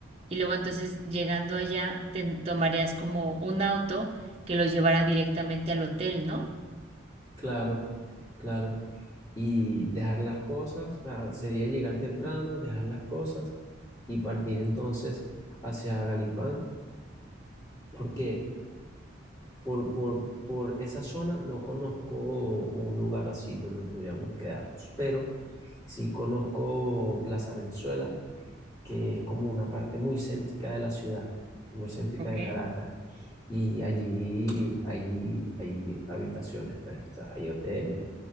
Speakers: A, on the right; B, on the left.
A: y luego entonces llegando allá te tomarías como un auto que los llevará directamente al hotel, ¿no?
B: Claro, claro. Y dejar las cosas, o sea, sería llegar temprano, dejar las cosas y partir entonces hacia Galipán, porque por, por, por esa zona no conozco un lugar así donde pudiéramos quedarnos, pero sí conozco Plaza Venezuela que es como una parte muy céntrica de la ciudad, muy céntrica
A: ¿ok?
B: de Caracas. Y allí hay, hay habitaciones, pues, o sea, hay hoteles.